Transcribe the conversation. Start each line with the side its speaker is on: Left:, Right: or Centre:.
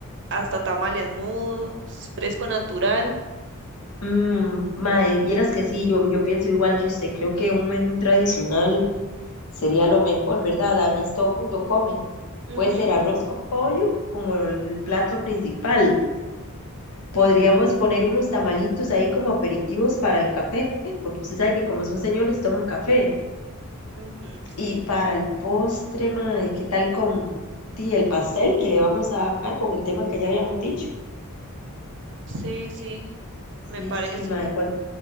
Right: hasta tamales mudos, fresco natural.
Left: Mm, mae, vieras que sí, yo, yo pienso igual que usted, creo que un menú tradicional Sería lo mejor, ¿verdad? Además, todo el mundo come. Puede
Right: Ujú,
Left: ser arroz con pollo como el plato principal. Podríamos poner unos tamalitos ahí como aperitivos para el café, porque usted sabe que como son señores toman café.
Right: ujú, sí,
Left: Y para el postre, mae, ¿qué tal con di, el pastel que le vamos a dar con el tema que ya habíamos dicho?
Right: sí, sí,
Left: Sí,
Right: me parece.
Left: sí, mae, ¿cuán-